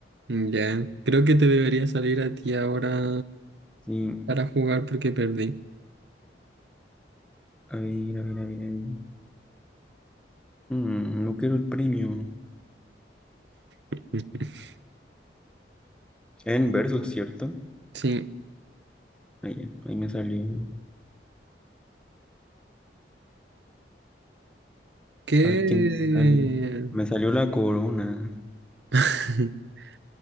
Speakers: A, on the right (about 80°); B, in the centre.
A: Ya, creo que te debería salir a ti ahora
B: Sí.
A: para jugar porque perdí.
B: A ver, a ver, a ver, a ver. Mm, no quiero el premio.
A: <laughs>
B: En verso, ¿cierto?
A: Sí.
B: Ahí, ya, ahí me salió.
A: ¿Qué?
B: A ver qué me sale. Me salió la corona.
A: <laughs>